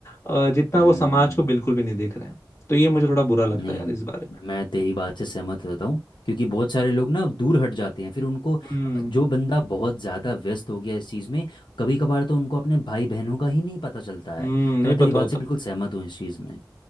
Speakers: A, on the left (about 40°); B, on the left (about 85°).
A: अ, जितना
B: हम्म
A: वो समाज को बिल्कुल भी नहीं देख रहे हैं तो ये मुझे थोड़ा बुरा लगता
B: नहीं
A: है यार इस बारे में
B: मैं तेरी बात से सहमत रहता हूँ क्योंकि बहुत सारे लोग ना दूर हट जाते हैं फिर उनको
A: हम्म
B: जो बंदा बहुत ज़्यादा व्यस्त हो गया इस चीज़ में कभी कभार तो उनको अपने भाई बहनों का ही नहीं पता चलता है
A: हम्म नहीं
B: तो मैं तेरी
A: पता
B: बात
A: होता
B: से बिल्कुल सहमत हूँ इस चीज़ में